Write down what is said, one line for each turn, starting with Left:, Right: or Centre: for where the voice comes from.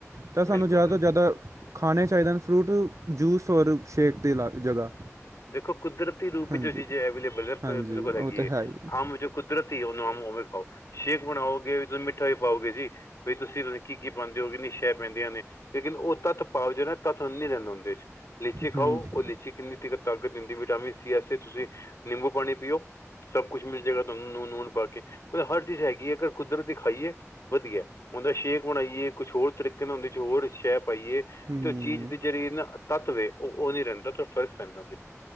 Right: ਤਾਂ ਸਾਨੂੰ
Left: ਬਿਲਕੁਲ
Right: ਜ਼ਿਆਦਾ
Left: ਬਿਲਕੁਲ
Right: ਤੋਂ ਜ਼ਿਆਦਾ ਖਾਣੇ ਚਾਹੀਦੇ ਨੇ ਫਰੂਟ ਜੂਸ ਔਰ ਸ਼ੇਕ ਦੇ ਲਾ ਜਗ੍ਹਾ।
Left: ਦੇਖੋ ਕੁਦਰਤੀ ਰੂਪ
Right: ਹਾਂਜੀ
Left: ਜੋ ਚੀਜ਼ ਅਵੇਲੇਬਲ ਹੈ।
Right: ਹਾਂਜੀ
Left: ਮੇਰੇ ਕੋਲ ਹੈਗੀ।
Right: ਉਹ ਤਾਂ ਹੈ ਹੀ ਹੈ।
Left: ਅੰਬ ਕੁਦਰਤੀ ਹੀ ਉਹਨੂੰ ਅੰਬ ਉਵੇਂ ਖਾਓ ਸ਼ੇਕ ਬਣਾਓਗੇ ਤੁਸੀਂ ਮਿੱਠਾ ਵੀ ਪਾਓਗੇ ਜੀ। ਵੀ ਤੁਸੀਂ ਕੀ ਪਾਉਂਦੇ ਹੋਗੇ। ਇਹਦੇ'ਚ ਪੈਂਦੀਆਂ ਨੇ ਲੇਕਿਨ ਉਹ ਤੱਥ ਪਾਓ ਜਿਹੜਾ ਤੱਥ ਨਹੀਂ ਰਹਿਦੇ ਹੁੰਦੇ। ਲੀਚੀ ਖਾਓ
Right: ਹਾਂਜੀ
Left: ਉਹ ਲੀਚੀ ਕਿੰਨੀ ਤਾਕਤ ਦਿੰਦੀ ਵਿਟਾਮਨ ਸੀ। ਤੁਸੀਂ ਨਿੰਬੂ ਪਾਣੀ ਪੀਓ। ਸਭ ਕੁਛ ਮਿਲ ਜਾਏਗਾ ਤੁਹਾਨੂੰ ਲੂਣ ਲੂਣ ਪਾ ਕੇ ਮਤਲਬ ਹਰ ਚੀਜ਼ ਹੈਗੀ ਹੈ ਅਗਰ ਕੁਦਰਤ ਦੀ ਖਾਈਏ। ਵਧੀਆ ਉਹਦਾ ਸ਼ੇਕ ਬਣਾਈਏ ਕੁਛ ਹੋਰ ਤਰੀਕੇ ਨਾਲ ਉਹਦੇ ਚ ਹੋਰ ਸ਼ੈ ਪਾਈਏ।
Right: ਹੂੰ
Left: ਤੇ ਉਹ ਚੀਜ਼ ਦੀ ਜਿਹੜੀ ਨਾ ਤੱਤ ਵੇਖੋ ਉਹ ਨੀ ਰਹਿੰਦਾ ਤੇ ਫ਼ਰਕ ਪੈਂਦਾ।